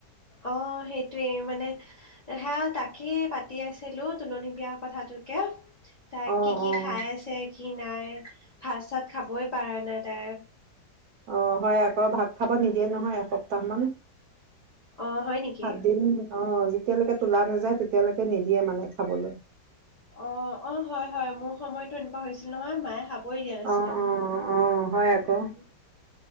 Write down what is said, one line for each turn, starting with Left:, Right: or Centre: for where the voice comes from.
Left: অ সেইটোয়ে মানে সেয়া তাকেই পাতি পাতি আছিলো তোলনি বিয়াৰ কথাটোকে। তাকে
Right: অ', অ',
Left: কি
Right: অ',
Left: খাই আছে। কি নাই ভাত চাত খাবই পাৰা নাই তাই
Right: অ হয় আকৌ ভাত খাব নিদিয়ে নহয় এসপ্তাহ মান
Left: অ হয় নেকি।
Right: সাত দিন অ যেতিয়ালৈকে তোলা নাযায় তেতিয়ালৈকে নিদিয়ে মানে খাবলৈ।
Left: অ অ হয় হয় মোৰ সময়তো এনেকুৱা হৈছিল নহয় মায়ে হা এই দিয়া নাছিলে
Right: অ', অ', অ', হয় আকৌ
Left: উম